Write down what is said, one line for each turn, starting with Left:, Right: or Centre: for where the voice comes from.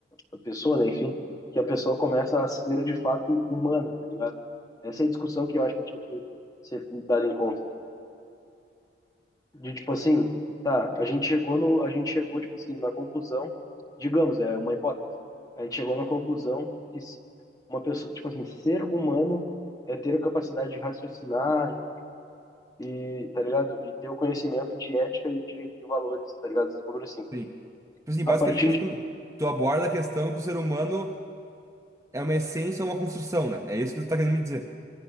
Left: a pessoa, né, enfim, que a pessoa começa a ser de fato humana, tá ligado? Essa é a discussão que eu acho que tinha que ser dada em conta. De tipo assim, tá, a gente chegou no, a gente chegou tipo assim na conclusão, digamos, é uma hipótese. A gente chegou na conclusão que se- uma pessoa, tipo assim, ser humano é ter a capacidade de raciocinar e, e, tá ligado? E ter o conhecimento de ética e de, de valores, tá ligado? Esse bagulho assim.
Right: Sim. Tipo Assim, basicamente,
Left: A partir de,
Right: tu, tu aborda a questão que o ser humano é uma essência, é uma construção, né? É isso que tu tá querendo me dizer.